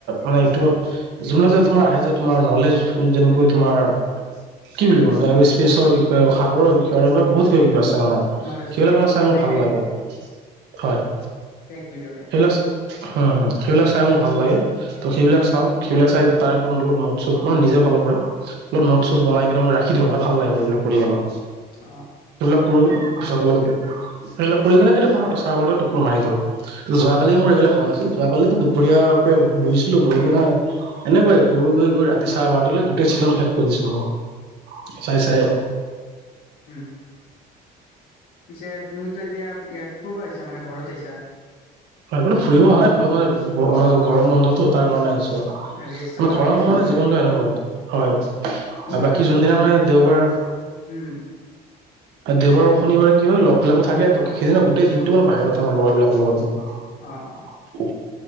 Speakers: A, on the right (about 80°); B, on the left (about 70°).
A: মানে ইউটউবত যোনে যোনে তোমাৰ আহে যে তোমাৰ নলেজ ফুল যেনেকৈ তোমাৰ কি বুলি কম যেনেকৈ স্পেচৰ বিষয়ে, সাগৰ বিষয়ে। এনেকুৱা বহুত কিবা-কিবা আছে।
B: নলেজ
A: সেইবিলাক
B: ফেক
A: মানে চাই মোৰ
B: ফেক
A: ভাল লাগে, হয়।
B: এক ভিডিঅ' টাইপত।
A: সেইবিলাক হম হু। সেইবিলাক চাই মোৰ ভাল লাগে। ত সেইবিলাক চাওঁ, সেইবিলাক চাই তাৰ ওপৰত অলপ নটচ চটচ মানে নিজে অলপ নটচ
B: উম
A: ছটচ
B: হুম
A: বনাই কিনে মই ৰাখি দিওঁ। মানে ভাল লাগে এইবিলাক কৰি কিনে।
B: অ।
A: কৰো পিছত অলপ ধৰি লওক কৰি কিনে সেইটো বাৰটা চাৰ বাৰতাত টোপনি মাৰি দিওঁ। যোৱাকালি মোৰ
B: অ
A: এইবিলাক হোৱা নাছিল। যোৱাকালি দুপৰীয়াৰ পৰা বহিছিলো। বহি কিনে এনেকুৱাইে গৈ গৈ গৈ ৰাতি চাহ বাৰট গোটেই ছিজন শেষ কৰি দিছো মই। চাই চাই।
B: উম পিছে তুমিতো এতিয়া ইয়াত ফুৰিব আহিছা মানে ঘৰত আহিছা।
A: হয় এই ফুৰিব অহা নাই। ঘৰত মানে আমাৰ
B: ঘৰত
A: গৰম বন্ধতটো তাৰ কাৰণে আহিছো। মানে
B: ৰেষ্ট চামাৰ
A: ঘৰৰ
B: ভেকেচনৰ
A: মোৰ মানে
B: কাৰণে
A: জীৱনটো এনেকুৱাই হয়।
B: তোমাৰ
A: আৰু বাকী
B: তোমাৰ
A: যোনদিনা
B: তাতে
A: মানে দেওবাৰ
B: উম হুম
A: দেওবাৰ শনিবাৰ কি হয় লগ বিলাকো থাকে সেইদিনা গোটেই দিনটো মানে বাহিৰত আমাৰ লগৰ বিলাক। তোৰ লগত
B: অ অ